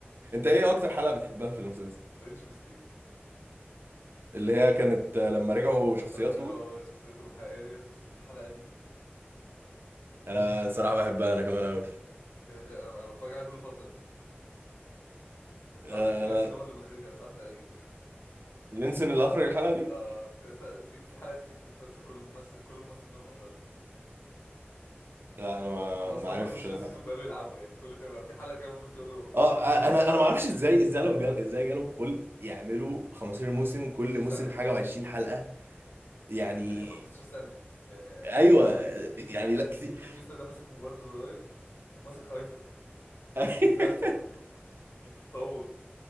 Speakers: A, on the right (about 60°); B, on the left (about 65°).
A: انت ايه اكتر حلقة بتحبها في المسلسل
B: فرنش ميستيك
A: اللي هي كانت آه، لما رجعوا شخصياتهم
B: لما رجعوا شخصيته الحقيقية دي يس، الحلقة دي
A: انا
B: فشيخ
A: صراحة بحبها انا كمان قوي
B: انا أنا بتفرج عليها كل فترة انت تعرف
A: آه،
B: ان جينسون
A: انا
B: هو اللي مخرجها صح تقريبا
A: لينسون اللي اخرج الحلقة دي
B: اه لسه في في حلقات كتير في المسلسل كل ممثل كل ممثل منهم مخرجها
A: لا انا ما
B: هو اصل
A: ما اعرفش
B: هم 15
A: الحلقة
B: سيزون فقالوا يلعبوا يعني كل شويه بقى في حلقه كده في النص يقول له ما
A: اه
B: تخرجها انت
A: انا
B: بقى
A: انا ما
B: انا
A: اعرفش
B: مش قادر
A: ازاي ازاي لهم جال... ازاي جالهم خلق يعملوا 15 موسم
B: 15
A: كل
B: سنه
A: موسم حاجة و20 حلقة يعني
B: فكره في 15 سنه يعني
A: ايوه
B: دين
A: يعني لا كتير
B: دين وينشستر ده ماسك موبايل بزراير وماسك ايفون
A: <laughs>
B: في المسلسل <laughs> بالتطور